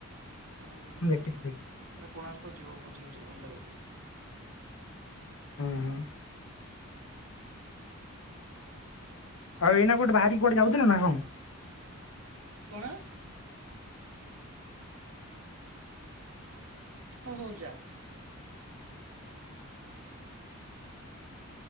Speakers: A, on the right (about 85°); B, on the left (about 70°).
A: ହୁଁ-ହୁଁ-ହୁଁ-ହୁଁ
B: ମୁଁ ଦେଖିଛି ଦେଖିଛି
A: କୋଣାର୍କ ଯିବ ମଝିରେ ମଝିରେ ଭଲ ଲାଗେ କି।
B: ହୁଁ। ଆଉ ଏଇନା କୋଉଠି ବାହାରି କୋଉଠି ଯାଉଥିଲ ନା କଣ?
A: କଣ? ହଁ ହଉ ଯା।